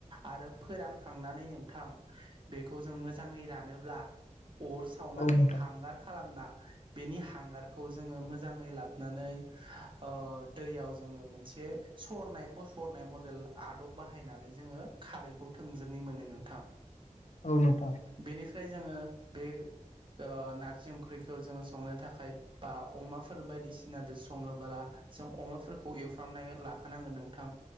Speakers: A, on the right; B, on the left.
A: आरो फोरानखांनानै नोंथां बेखौ जों मोजाङै रानोब्ला अर सावनानै
B: औ नोंथां
A: हांगार खालामना बेनि हांगारखौ जोङो मोजाङै लाबोनानै ओ दैयाव जोङो मोनसे सरनाय फसरनाय मदेल आदब बाहायनानै जोङो खारैखौ थोंजोङै मोनो नोंथां।
B: औ नोंथां
A: बेनिफ्राय जोङो बे ओ नारजि ओंख्रिखौ जोंङ संनो थाखाय बा अमाफोर बायदिसिनाजों सङोबोला जों अमाफोरखौ एवफ्रामनानै लाखानांगोन नोंथां।